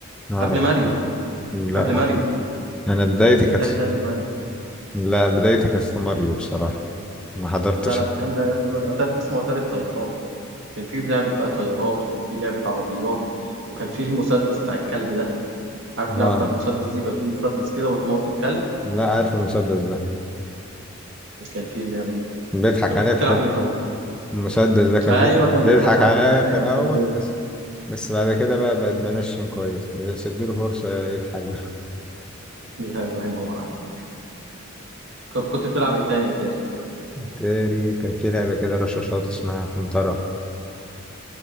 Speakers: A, in the centre; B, on the right.
A: نعرف
B: قبل ماريو
A: لا
B: قبل ماريو
A: انا بدايتي
B: الاتاري
A: كانت
B: ده قبل ماريو
A: لا بدايتي كانت في ماريو بصراحة ما حضرتش
B: لا لا ده كان ده قبل ماريو أتاري اسمه اتاري الطيارات كان في لعبة بقى طيارات وكان في لعبة عربيات وكان في المسدس بتاع الكلب ده عارف اللعبة
A: اه
B: بتاعت المسدس دي بقى في مسدس كده وتموت الكلب
A: لا عارف المسدس ده
B: كان في اللعبة دي
A: بيضحك
B: انت كنت
A: عليها
B: بتلعب
A: في
B: ايه طيب؟
A: المسدس ده كان
B: ايوه
A: بي-
B: كان
A: بيضحك
B: بيضحك عليك
A: عليها
B: ايوه
A: في الأول
B: كان
A: بس بس بعد كده بقى بقت بنشن كويس بتديله فرصة يضحك بقى
B: بيضحك الله ينور عليك طب كنت بتلعب ايه تاني يا تاري؟
A: <laughs> تاني كان في لعبة كده رشاشات اسمها كنترة